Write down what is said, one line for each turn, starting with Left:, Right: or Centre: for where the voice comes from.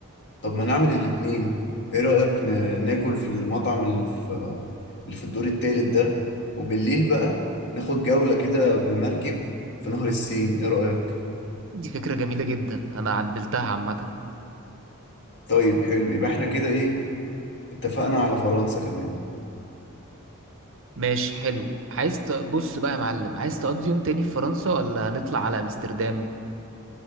Left: طب ما نعمل الاتنين ايه رأيك ن- ناكل في المطعم اللي في آه، اللي في الدور التالت ده وبالليل بقى ناخد جولة كده بالمركب في نهر السين ايه رأيك
Right: دي فكرة جميلة جدا انا عدلتها عامة
Left: طيب حلو يبقى احنا كده ايه اتفقنا على فرنسا كمان
Right: ماشي حلو عايز تبص بقى يا معلم عايز تقضي يوم تاني في فرنسا ولا نطلع على امستردام